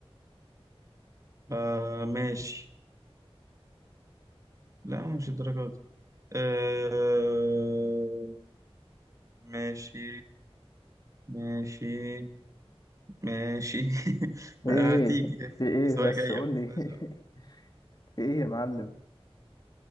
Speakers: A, on the right (about 30°); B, on the left (about 40°).
A: آه ماشي لا مش الدرجه دي آه ماشي ماشي ماشي <laughs>
B: ايه
A: هتيجي
B: في ايه
A: في سؤال
B: بس
A: جاي
B: قول
A: أهو، استنى
B: لي <laughs> في ايه يا معلم